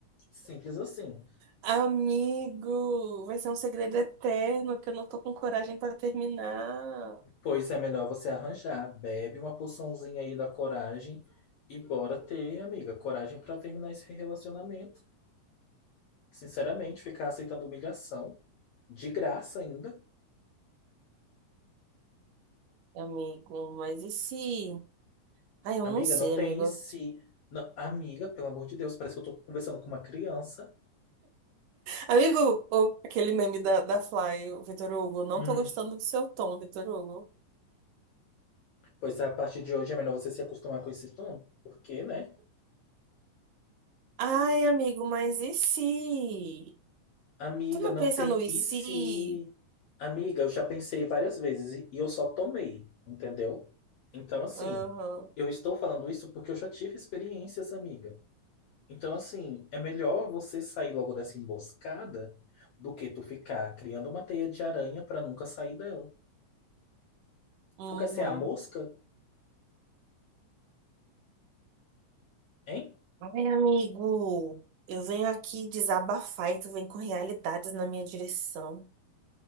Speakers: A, on the left; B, on the right.
A: Simples assim.
B: Amigo, vai ser um segredo eterno que eu não tô com coragem pra terminar.
A: Pois é melhor você arranjar. Bebe uma porçãozinha aí da coragem e bora ter, amiga, coragem pra terminar esse relacionamento. Sinceramente, ficar aceitando humilhação de graça ainda.
B: Amigo, mas e se? Ai, eu
A: Amiga,
B: não sei,
A: não tem
B: amigo.
A: se. Não, amiga, pelo amor de Deus, parece que eu tô conversando com uma criança.
B: Amigo, o- aquele meme da, da Fly, o Vitor Hugo, não
A: Hum,
B: tô gostando do seu tom, Vitor Hugo.
A: Pois a partir de hoje é melhor você se acostumar com esse tom, porque, né?
B: Ai, amigo, mas e se?
A: Amiga,
B: Tu não
A: não
B: pensa
A: tem
B: no e
A: e
B: se?
A: se? Amiga, eu já pensei várias vezes e e eu só tomei, entendeu? Então, assim,
B: Uhum,
A: eu estou falando isso porque eu já tive experiências, amiga. Então, assim, é melhor você sair logo dessa emboscada do que tu ficar criando uma teia de aranha pra nunca sair dela.
B: uhum.
A: Tu quer ser a mosca? Hein?
B: Ai, amigo, eu venho aqui desabafar e tu vem com realidades na minha direção.